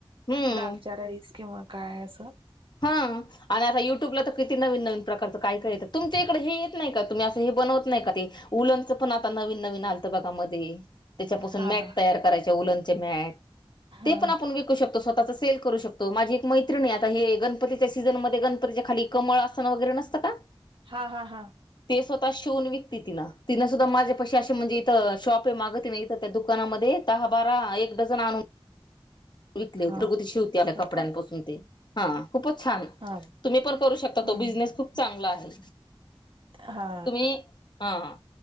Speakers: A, on the left; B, on the right.
A: हम्म
B: दालच्या राईस किंवा काय असं.
A: हा आणि आता युट्यूबला तर कि.. नवीन नवीन प्रकारच काय काय य तुमच्या इकडे हे येत नाही का तुम्ही असं हे बनवत नाही का ते उचंण आता न नवीन नवीन आलतं बघामध्ये. त्याच्यापासून
B: हा
A: मॅट
B: हा
A: तयार करायचे उलंचे मॅट
B: हा
A: ते पण आपण विकू शकतो स्वतः सेल करू शकतो माझी एक मैत्रणी आता हे. गणपतीच्या सीझन मध्ये गणपतीच्या खाली कमळसन वगैरे नसतं का.
B: हा हा हा
A: ते स्वतः शिवून विकती तिं तिनं सुद्धा माझ्या पशी अे म्हणजे इथं शॉप मागत ना इथं त्या दुकानामध्ये. दहा बारा एक डझन आणनून. विकली होती
B: हा
A: रघुती शिवती आपल्या
B: होय
A: कपड्यांपासून
B: काय
A: ते हा खूपच छान
B: हा
A: तुम्ही पण करू शकता
B: हम्म
A: तो बिझनेस खूप चांगला आहे.
B: हा.
A: तुम्ही हा.